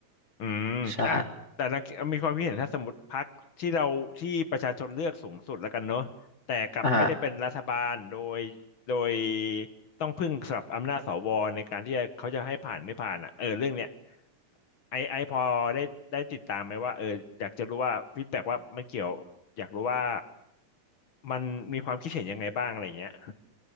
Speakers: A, on the left; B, on the left.
A: อืมอ่ะแต่เรามีความคิดเห็นถ้าสมมติพรรคที่เราที่ประชาชนเลือกสูงสุดแล้วกันเนอะแต่กลับไม่ได้เป็นรัฐบาลโดยโดย
B: ใช่อ่ะ
A: ต้องพึ่งสำหรับอำนาจสวในการที่จะเขาจะให้ผ่านไม่ผ่านอ่ะเออเรื่องเนี้ยไอไอพอได้ได้ติดตามไหมว่าเอออยากจะรู้ว่าฟีดแบ็กว่ามันเกี่ยวอยากรู้ว่ามันมีความคิดเห็นยังไงบ้างอะไรเงี้ย